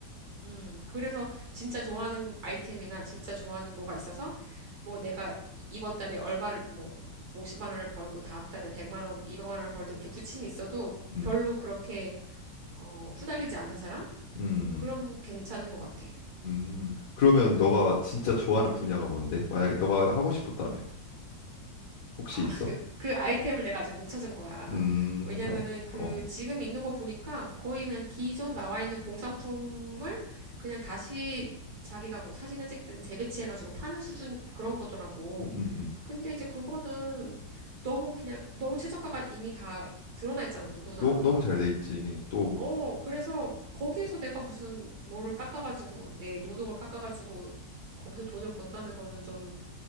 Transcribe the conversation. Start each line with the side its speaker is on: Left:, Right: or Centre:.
Right: 음, 그래서 진짜 좋아하는 아이템이나 진짜 좋아하는 뭐가 있어서 뭐 내가 이- 이번 달에 얼마를 뭐 50만 원을 벌고 다음 달에 100만 원, 200만 원을 벌든 이렇게 부침이 있어도
Left: 음,
Right: 별로 그렇게 어, 후달리지 않는 사람?
Left: 음,
Right: 그럼 괜찮은 것 같아.
Left: 음. 그러면 너가 진짜 좋아하는 분야가 뭔데? 만약에 너가 하고 싶었다면 혹시
Right: 아,
Left: 있어?
Right: <laughs> 그 아이템을 내가 아직 못 찾은 거야.
Left: 음,
Right: 왜냐면은
Left: 아, 그,
Right: 그
Left: 어,
Right: 지금 있는 거 보니까 거의 그냥 기존 나와 있는 공산품을 그냥 다시 자기가 뭐 사진을 찍든 재배치해가지고 파는 수준 그런 거더라고.
Left: 음, 음, 음.
Right: 근데 이제 그거는 너무 그냥 너무 최저가가 이미 다 드러나 있잖아, 누구나.
Left: 너, 너무 잘 돼 있지. 또,
Right: 어, 그래서 거기에서 내가 무슨 뭐를 깎아가지고 내 노동을 깎아가지고 거기서 돈을 번다는 거는 좀